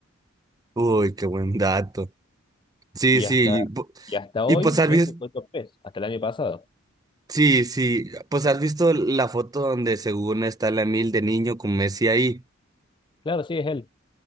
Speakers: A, on the right; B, on the left.
A: Uy, qué buen dato. Sí,
B: Y
A: sí.
B: hasta,
A: Y, pu-
B: y hasta
A: Y
B: hoy,
A: pues has
B: Messi
A: visto,
B: fue top 3 hasta el año pasado.
A: sí, sí, pues has visto la foto donde según está la mil de niño con Messi ahí.
B: Claro, sí, es él.